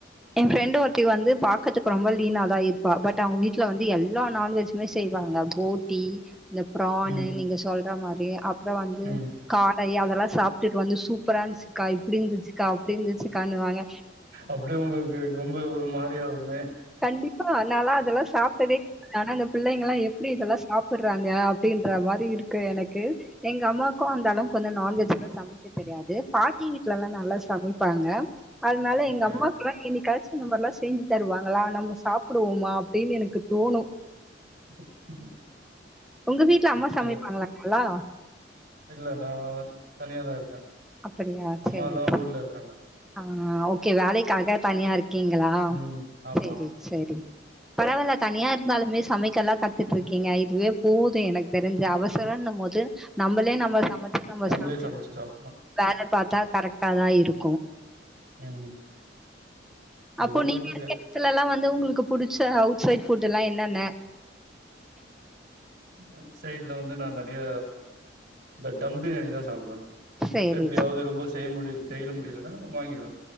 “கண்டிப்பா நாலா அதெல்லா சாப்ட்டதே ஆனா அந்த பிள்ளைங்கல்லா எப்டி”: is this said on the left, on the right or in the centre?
Centre